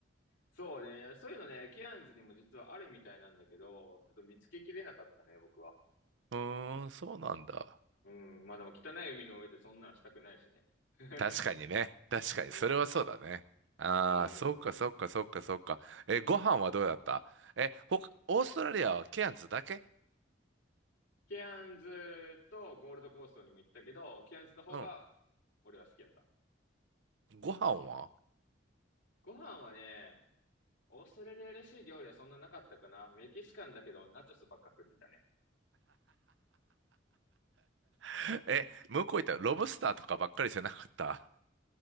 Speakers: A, on the left; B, on the right.
A: そうね、そういうのね、ケアンズにも実はあるみたいなんだけど、ちょっと見つけきれなかったね、僕は。
B: <laughs> うーん、そうなんだ。
A: うん。まあでも汚い海の上でそんなんしたくないしね。<laughs>
B: 確かにね。確かに、
A: うん。
B: それはそうだね。ああ、
A: う
B: そっかそっかそっかそっか。
A: ん。
B: え、ご飯はどうだったえ、ほか、オーストラリアはケアンズだけ
A: ケアンズとゴールドコーストにも行ったけど、ケアンズの方が
B: うん。
A: 俺は好きやった。
B: ご飯は
A: ご飯はね、オーストラリアらしい料理はそんななかったかな。メキシカンだけど、ナチョスばっか食ってたね。
B: <laughs> え、向こう行ったらロブスターとかばっかりじゃなかった。